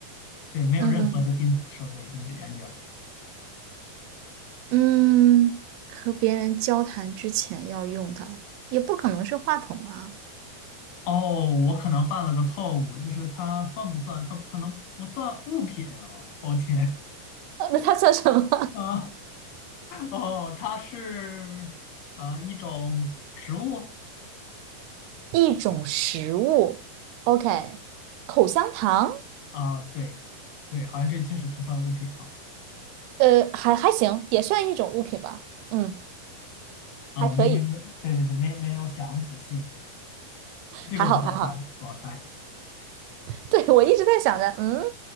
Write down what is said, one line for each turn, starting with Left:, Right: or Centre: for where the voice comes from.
Left: 对，没有任何的电子设备、
Right: 嗯，
Left: 电子元件儿。
Right: 嗯，和别人交谈之前要用它，也不可能是话筒啊。
Left: 哦，我可能犯了个错误，就是它算不算？它不可能不算物品哦，抱歉。
Right: 呃那它算什么？
Left: <laughs> 哦，哦，它是呃一种食物
Right: <laughs> 一种食物，OK，口香糖，
Left: 啊，对对，好像这确实不算物品哈。
Right: 呃，还还行，也算一种物品吧，嗯，
Left: 啊，
Right: 还可以，
Left: 没没没，对对对，没没有想仔细，这个不好猜，
Right: 还好还好。
Left: 不好猜。
Right: <laughs> 对，我一直在想着，嗯，